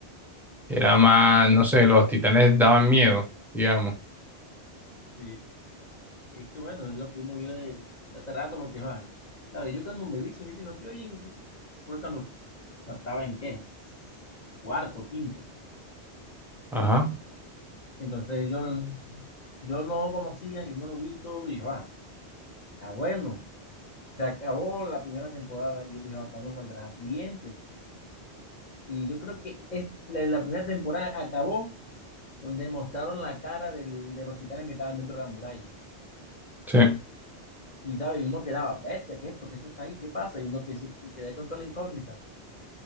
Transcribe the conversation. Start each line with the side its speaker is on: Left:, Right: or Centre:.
Centre: Era más, no sé, los titanes daban miedo, digamos.
Left: sí. Y es que bueno, es lo que uno vio de, de hace rato, porque ah, ¿sabes? yo cuando me vi Shingeki no Kyojin fue cuando estaba en qué, cuarto, quinto.
Centre: Ajá.
Left: Entonces yo, yo no conocía, yo me lo vi todo y dije, ah, está bueno. Se acabó la primera temporada y yo dije, ah, ¿cuándo saldrá la siguiente? Y yo creo que es, la, la primera temporada acabó donde mostraron la cara del- de los titanes que estaban dentro de la muralla.
Centre: Sí.
Left: Y, ¿sabes? Y uno quedaba, bestia, ¿qué? ¿Por qué eso está ahí? ¿Qué pasa? Y uno que, se- y quedé con toda la incógnita.